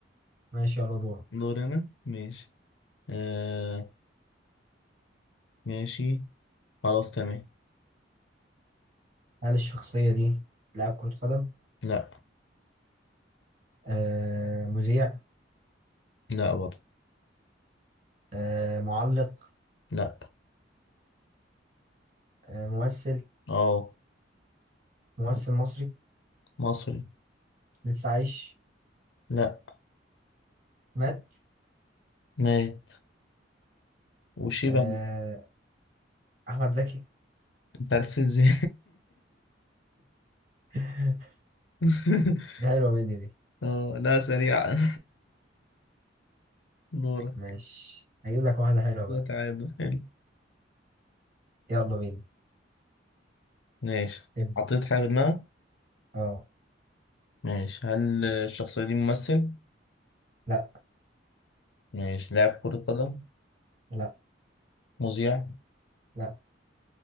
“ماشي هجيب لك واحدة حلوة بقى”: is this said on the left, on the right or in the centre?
Right